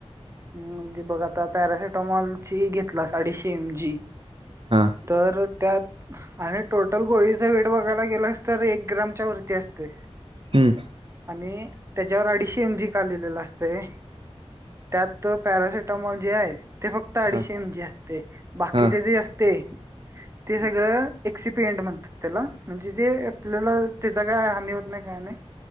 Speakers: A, on the right (about 25°); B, on the right (about 55°).
A: <unintelligible> म्हणजे बघ आता पॅरासिटामॉलची घेतलास अडीचशे एम जी
B: हां
A: तर त्यात आणि टोटल गोळीचा वेट बघायला गेलास तर एक ग्रामच्या वरती असतंय.
B: हम्म.
A: आणि त्याच्यावर अडीचशी एम जी का लिहिलेलं असतंय त्यात पॅरासिटमॉल जे आहे. ते फक्त अडीचशे
B: हां
A: एम जी असतंय बाकीचे
B: हां
A: जे असतंय ते सगळं एक्सीपीएंट म्हणतात त्याला म्हणजे जे आपल्याला त्याचा काय हानी होत नाही काय नाही.